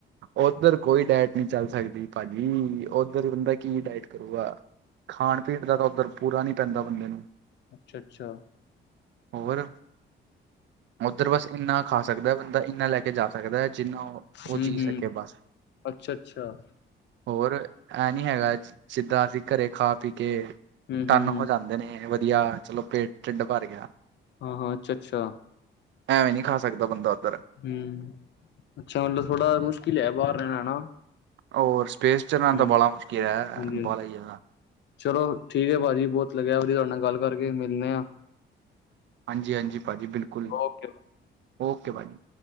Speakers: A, on the right; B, on the left.
A: ਓਧਰ ਕੋਈ ਡੈਟ ਨਹੀਂ ਚੱਲ ਸਕਦੀ ਭਾਜੀ ਉਧ ਉੱਧਰ ਬੰਦਾ ਕੀ ਡਾਇਟ ਕਰੂਗਾ। ਖਾਣ ਪੀਣ ਦਾ ਤਾਂ ਉੱਧਰ ਪੂਰਾ ਨਹੀਂ ਪੈਂਦਾ ਬੰਦੇ ਨੂੰ।
B: ਅੱਛਾ, ਅੱਛਾ।
A: ਹੋਰ ਉੱਧਰ ਬਸ ਇੰਨਾ ਖਾ ਸਕਦਾ ਬੰਦਾ ਇੰਨਾ ਲੈ ਕੇ ਜਾ ਸਕਦਾ ਹੈ ਜਿੰਨਾ ਉਹ
B: ਹਮ
A: ਜੀਅ
B: ਹਮ
A: ਸਕੇ ਬਸ
B: ਅੱਛਾ ਅੱਛਾ
A: ਹੋਰ ਐ ਨੀ ਹੈਗਾ ਜਿੱਦਾਂ ਅਸੀਂ ਘਰੇ ਖਾ ਪੀ ਕੇ
B: ਹਮ
A: ਟਨ
B: ਹਮ
A: ਹੋ ਜਾਂਦੇ ਨੇ ਵਧੀਆ ਚਲੋ ਪੇਟ ਢਿੱਡ ਭਰ ਗਿਆ।
B: ਹਾਂ, ਅੱਛਾ ਅੱਛਾ
A: ਐਵੇਂ ਨਹੀਂ ਖਾ ਸਕਦਾ ਬੰਦਾ ਉੱਧਰ
B: ਹੂੰ, ਚਲ ਥੋੜਾ ਮੁਸ਼ਕਿਲ ਏ ਬਾਹਰ ਰਹਿਣਾ ਹਨਾ।
A: ਹੋਰ ਸਪੇਸ ਚੱਲਣਾ
B: ਹਮ
A: ਤਾਂ ਬੜਾ ਮੁਸ਼ਕਿਲ ਹੈ
B: ਹਾਂਜੀ
A: <unintelligible>
B: ਹਾਂਜੀ
A: ਹੀ।
B: ਚਲੋ ਠੀਕ ਏ ਭਾਜੀ ਬਹੁਤ ਲੱਗਿਆ ਵਧੀਆ ਤੁਹਾਡੇ ਨਾਲ ਗੱਲ ਕਰਕੇ ਮਿਲਦੇ ਹਾਂ।
A: ਹਾਂਜੀ ਹਾਂਜੀ, ਭਾਜੀ ਬਿਲਕੁਲ,
B: ਓਕੇ
A: ਓਕੇ ਭਾਜੀ।